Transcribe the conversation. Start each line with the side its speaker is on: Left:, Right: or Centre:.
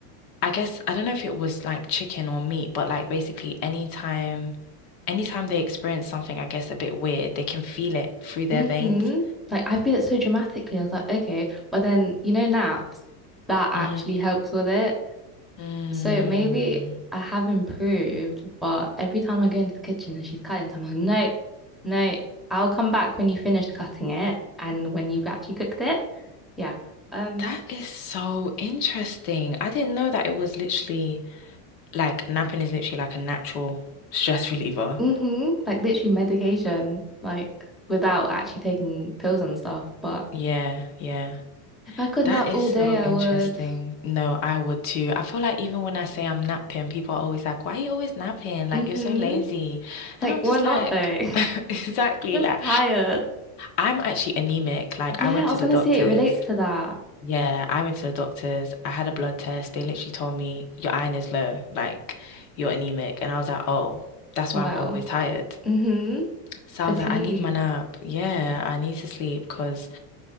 Left: I guess I don't know if it was like chicken or meat, but like basically any time anytime they experience something, I guess, a bit weird, they can feel it through their
Centre: Mm-hmm.
Left: veins.
Centre: Like I feel it so dramatically. I was like, okay, but then you know, naps, that actually
Left: hmm
Centre: helps with it.
Left: Mm,
Centre: So maybe I have improved, but every time I go into the kitchen and she's cutting something, I'm like, no, no, I'll come back when you finished cutting it and when you've actually cooked it. Yeah. Um,
Left: that is so interesting. I didn't know that it was literally like napping is literally like a natural stress <laughs> reliever.
Centre: mm-hmm. Like literally medication, like without actually taking pills and stuff. But
Left: Yeah, yeah.
Centre: if I could
Left: That
Centre: nap
Left: is
Centre: all
Left: so
Centre: day, I
Left: interesting.
Centre: would.
Left: No, I would too. I feel like even when I say I'm napping, people are always like, Why are you always napping? Like,
Centre: Mm-hmm.
Left: you're so lazy. And
Centre: Like
Left: I'm
Centre: we're
Left: just
Centre: not
Left: like,
Centre: though. <laughs>
Left: <laughs> Exactly.
Centre: Just
Left: Like,
Centre: tired.
Left: I'm actually anemic. Like,
Centre: Yeah,
Left: I went
Centre: I
Left: to
Centre: was
Left: the
Centre: gonna
Left: doctors.
Centre: say it relates to that.
Left: Yeah, I went to the doctors. I had a blood test. They literally told me your iron is low, like you're anemic. And I was like, oh, that's
Centre: Well,
Left: why I'm always tired.
Centre: mm-hmm.
Left: So
Centre: Fatigued.
Left: I was like, I need my nap. Yeah, I need to sleep because